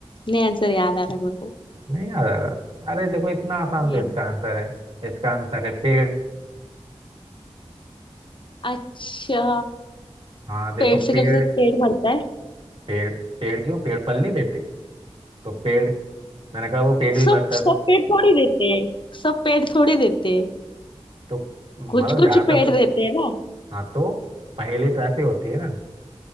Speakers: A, on the left (about 50°); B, on the right (about 55°).
A: नहीं आंसर याद आ रहा है मेरे को
B: नहीं याद आ रहा अरे देखो इतना आसान
A: Yeah.
B: तो इसका आंसर है इसका आंसर है पेड़
A: अच्छा
B: हाँ देखो
A: पेट से
B: पेड़
A: कैसे पेट भरता है
B: पेड़ पेड़ क्यों पेड़ फल नहीं देते तो पेड़ मैंने कहा वो पेड़ भी
A: सब
B: भरता
A: सब
B: है तो
A: पेट थोड़ी देते हैं सब पेट थोड़ी देते हैं
B: तो मतलब
A: कुछ
B: ज्यादातर
A: कुछ पेट
B: तो
A: देते हैं ना
B: हाँ तो पहेली तो ऐसी होती है ना